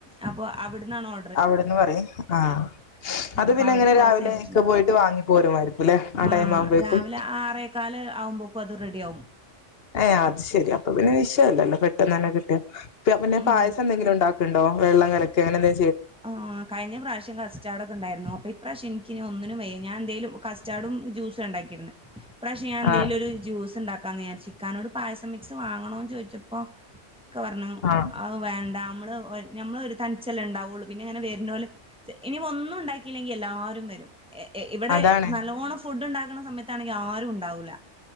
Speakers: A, in the centre; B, on the left.
A: അപ്പൊ അവിടുന്നാണ് ഓ
B: അവിടെന്ന് പറയും ആഹ് അത്
A: അപ്പൊ
B: പിന്നെ
A: അവിടെ
B: എങ്ങനെ
A: ക്ലോസ്
B: രാവിലെ
A: ചെയ്തിട്ടില്ല
B: ഇക്ക പോയിട്ട് വാങ്ങി പോരുമായിരിക്കും ല്ലെ? ആ ടൈം
A: ആഹ്
B: ആവുമ്പോഴേക്കും
A: രാവില ആറേകാല് ആവുമ്പക്കും അത് റെഡി ആവും.
B: ഏഹ് അത്ശരി അപ്പൊ പിന്നെ വിഷയ ല്ലല്ലോ പെട്ടെന്ന് തന്നെ കിട്ടിയ- പ്പ പിന്നെ
A: ഉം
B: പായസം എന്തെങ്കിലും ഇ ണ്ടാക്ക്ണ്ടോ വെംള്ളം കലക്ക അങ്ങനെന്തെ
A: ആഹ് കഴിഞ്ഞ പ്രാവശ്യം കസ്റ്റാടൊക്കെ ഉണ്ടായിരുന്നു അപ്പൊ ഇപ്രാവശ്യം നിക്കിനി ഒന്നിനും വയ്യ ഞാന്തെലും കസ്റ്റാഡും ജ്യൂസ ഇണ്ടാക്കിരുന്നെ പ്രാവശ്യം ഞാൻ എന്തേലും
B: ആഹ്
A: ഒരു ജ്യൂസ്ണ്ട ക്കന്ന് വിചാരിച്ച് ഇക്കാനോട് പായസം മിക്സ് വാങ്ങണോന്ന് ചോയിച്ചപ്പം- ക്ക പറഞ്ഞു
B: ആഹ്
A: അത് വേണ്ട നമ്മള് നമ്മ ഒരു തനിച്ചെ ല്ലെ ഉണ്ടാവുള്ളൂ പിന്നെ അങ്ങനെ വരുന്നോലി ഇനിപ്പൊ ഒന്നും ഉണ്ടാക്കിയില്ലെങ്കി എല്ലാരും വരും ഏ ഏ ഇവിടെ
B: അതാണ്
A: നല്ലോണം ഫു ഫുഡ്ണ്ടാക്കണ സമയത്താണെങ്കി ആരും ഉണ്ടാവൂല-